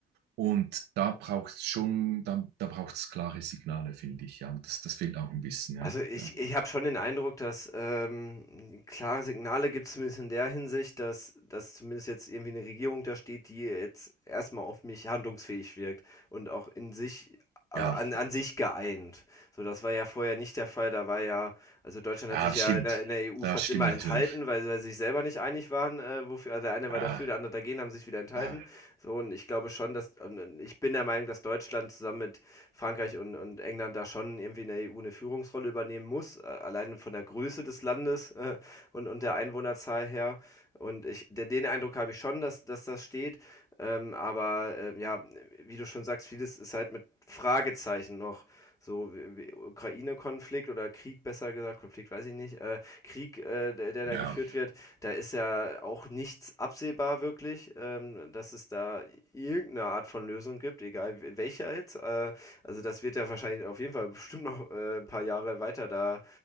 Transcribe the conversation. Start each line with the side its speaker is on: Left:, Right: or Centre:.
Right: Und da braucht es schon, da, da braucht es klare Signale, finde ich, ja. Und das, das fehlt auch ein bisschen,
Left: Also
Right: ja.
Left: ich,
Right: Ja,
Left: ich habe schon den Eindruck, dass ähm, klare Signale gibt es zumindest in der Hinsicht, dass, dass zumindest jetzt irgendwie eine Regierung da steht, die jetzt erstmal auf mich handlungsfähig wirkt und auch in sich, äh,
Right: ja,
Left: an, an sich geeint. So, das war ja vorher nicht der Fall. Da war ja, also Deutschland
Right: ja
Left: hat sich
Right: das
Left: ja
Right: stimmt.
Left: in der, in der EU
Right: Das
Left: fast
Right: stimmt
Left: immer
Right: natürlich.
Left: enthalten, weil sie sich selber nicht einig waren, äh, wofür, also der eine war war
Right: Ja,
Left: dafür, der andere dagegen, haben sich wieder enthalten.
Right: ja,
Left: So, und ich glaube schon, dass, und ich bin der Meinung, dass Deutschland zusammen mit Frankreich und, und England da schon irgendwie in der EU eine Führungsrolle übernehmen muss, äh, allein von der Größe des Landes äh, und, und der Einwohnerzahl her. Und ich, den Eindruck habe ich schon, dass, dass das steht. Ähm, aber äh, ja, wie du schon sagst, vieles ist halt mit Fragezeichen noch so Ukraine-Konflikt oder Krieg, besser gesagt, Konflikt weiß ich nicht, äh, Krieg, äh, der, der da
Right: ja,
Left: geführt wird, da ist ja auch nichts absehbar wirklich, ähm, dass es da irgendeine Art von Lösung gibt, egal welcher jetzt. Äh, also das wird ja wahrscheinlich auf jeden Fall bestimmt noch äh, ein paar Jahre weiter da